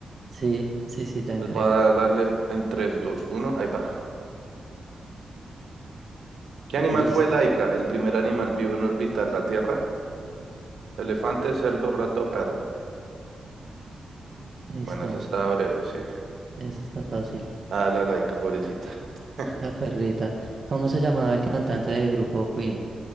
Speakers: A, on the right; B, on the right.
A: Sí, sí, sí, ya entré.
B: Entonces voy a darle en tres, dos, uno. ahí va. ¿Qué animal
A: Listo,
B: fue la el primer animal vivo en orbitar la Tierra? Elefante, cerdo, rato, o perro.
A: listo.
B: Bueno, ese estaba breve, sí.
A: Eso está fácil.
B: Ah, la laica, pobrecita. <laughs>
A: La perrita. ¿Cómo se llamaba el cantante del grupo Queen?